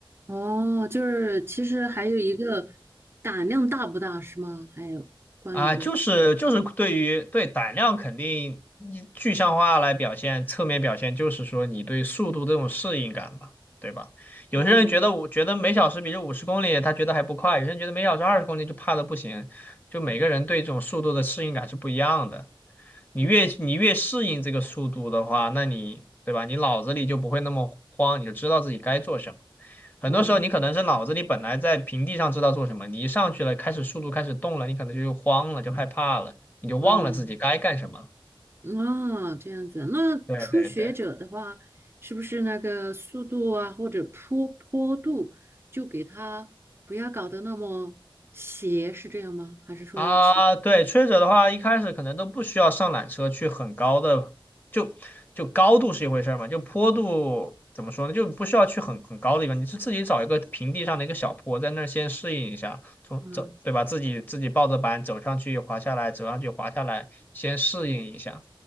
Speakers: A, on the right; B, on the left.
A: 哦，就是其实还有一个胆量大不大是吗？还有关于这个，
B: 啊，就是就是对于对胆量肯定你具象化来表现，侧面表现就是说你对速度这种适应感吧，对吧？有些人觉得我觉得每小时比这五十公里他觉得还不快，
A: 哦，
B: 有些人觉得每小时二十公里就怕的不行，就每个人对这种速度的适应感是不一样的。
A: 嗯
B: 你越你越适应这个速度的话，
A: 嗯
B: 那你对吧？你脑子里就不会那么慌，你就知道自己该做什么。很多时候你可能是脑子里本来在平地上知道做什么，
A: 嗯
B: 你一上去了，开始速度开始动了，你可能就慌了，就害怕了，你就忘了自己该干什么了
A: 嗯嗯哦，这样子。那初学者的话，
B: 对对对，
A: 是不是那个速度啊，或者坡坡度，就给他不要搞得那么斜，是这样吗？还是说其，
B: 啊，对，吹者的话，一开始可能都不需要上缆车去很高的，就就高度是一回事儿嘛，就坡度怎么说呢，就不需要去很很高的地方，你是自己找一个平地上的一个小坡，在那儿先适应一下，从走，
A: 嗯
B: 对吧？自己自己抱着板走上去，滑下来，走上去，滑下来，先适应一下。